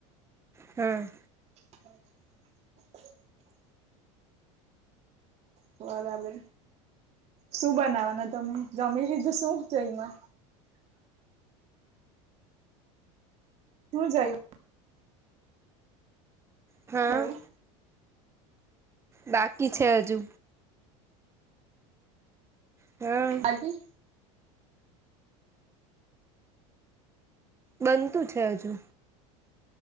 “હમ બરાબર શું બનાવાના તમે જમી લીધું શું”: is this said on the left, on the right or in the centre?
Right